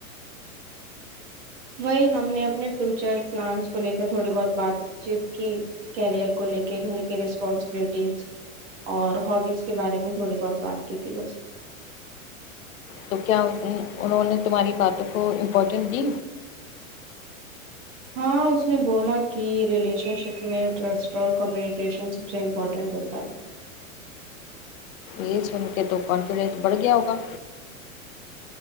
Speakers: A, on the right; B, on the left.
A: وہی ہم نے اپنے فیوچر پلانس کو لے کر تھوڑی بہت بات چیت کی کیریئر کو لے کے گھر کے رسپانسبلٹیز اور ہابیز کے بارے میں تھوڑی بہت بات کی تھی بس
B: تو کیا انہوں نے تمہاری باتوں کو امپورٹینٹ دی
A: ہاں اس نے بولا کی ریلیشن شپ میں ٹرسٹ اور کمیونیکیشن سب سے امپورٹنٹ ہوتا ہے
B: یے سن کے تو کانفیڈینس بڑھ گیا ہوگا